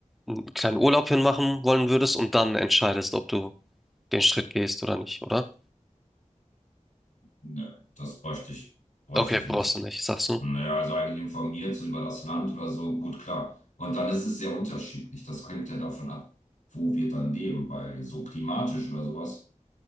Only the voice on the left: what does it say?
Ne, das bräuchte ich, bräuchte
ich nicht.
Naja, also eigentlich informiert so über das Land oder so, gut, klar. Und dann ist es sehr unterschiedlich. Das hängt ja davon ab, wo wir dann leben, weil so klimatisch oder sowas,